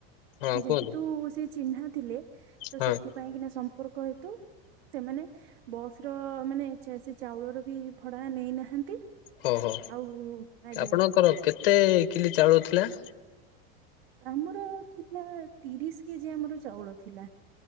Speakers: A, on the left; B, on the right.
A: ହଁ
B: ଯେହେତୁ
A: କୁହନ୍ତୁ
B: ସିଏ ଚିହ୍ନା ଥିଲେ। ତ
A: ହଁ
B: ସେଥିପାଇଁ କିନା ସମ୍ପର୍କ ହେତୁ ସେମାନେ ବସ୍ ର ମାନେ ଛେ ଚାଉଳର ବି ଭଡ଼ା ନେଇନାହାନ୍ତି।
A: ହଁ ହଁ
B: ଆଉ ଆଜ୍ଞା
A: ଆପଣଙ୍କର କେତେ କିଲି ଚାଉଳ ଥିଲା।
B: ଆମର ଥିଲା ତିରିଶ କେଜି ଆମର ଚାଉଳ ଥିଲା।